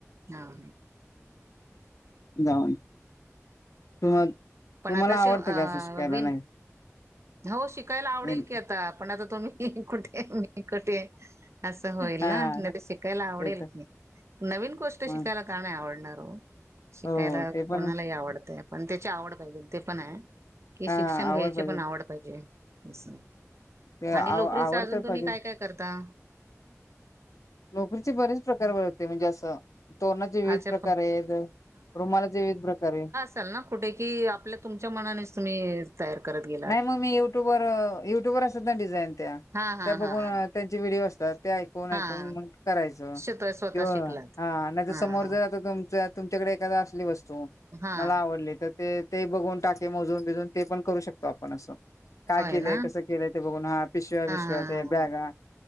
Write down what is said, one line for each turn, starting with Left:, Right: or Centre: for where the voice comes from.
Right: हा
Left: जाऊन तुम
Right: पण
Left: तुम्हाला
Right: आता
Left: आवडतं
Right: शेव अ
Left: का असं शिकायला
Right: विन
Left: नाही
Right: हो शिकायला आवडेल
Left: विण
Right: की आता. पण आता तुम्ही कुठे मी कुठे असं होईल
Left: हा
Right: ना, नाही त शिकायला आवडेल.
Left: ते तर
Right: की, नवीन गोष्ट
Left: मग
Right: शिकायला का नाही आवडणार ओ? शिकायला
Left: हो ते पण
Right: कोणालाही आवडतंय. पण त्याची आवड पाहिजेल ते पण आहे. की
Left: हा
Right: शिक्षण घ्यायचे
Left: पाहिजे
Right: पण आवड पाहिजे असं.
Left: ते
Right: आणि
Left: आव
Right: लोकरीचा
Left: आवड
Right: अजून
Left: तर
Right: तुम्ही
Left: पाहिजे
Right: काय काय करता?
Left: लोकरीचे बरेच प्रकार वळते म्हणजे असं तोरणाचे विविध
Right: अच्छा
Left: प्रकार
Right: प
Left: आहेत. रुमालाचे विविध प्रकार आहेत.
Right: त्यांना कुठे कि, आपल्या तुमच्या मनानेच तुम्ही तयार करत गे
Left: नाही मग मी युट्युब वर युट्युब वर असतात ना डिझाईन त्या,
Right: हां हां
Left: त्या बघून
Right: हां हां.
Left: त्यांचे व्हिडिओ असतात. ते ऐकून ऐकून
Right: हां.
Left: मग करायचं
Right: स्वतः स्वतः
Left: किंवा
Right: शिकलात.
Left: हा नाही तर
Right: हां
Left: समोर
Right: हां.
Left: जर आता तुमचा तुमच्याकडे एखादा असली वस्तू
Right: हां.
Left: मला आवडली तर ते ते बघून टाके मोजून बिजून ते पण करू शकतो आपण असं. काय
Right: होय
Left: केलंय
Right: ना.
Left: कसं केलंय, ते बघून हा पिशव्या बिशव्या
Right: हा
Left: ते
Right: हा.
Left: बॅगा.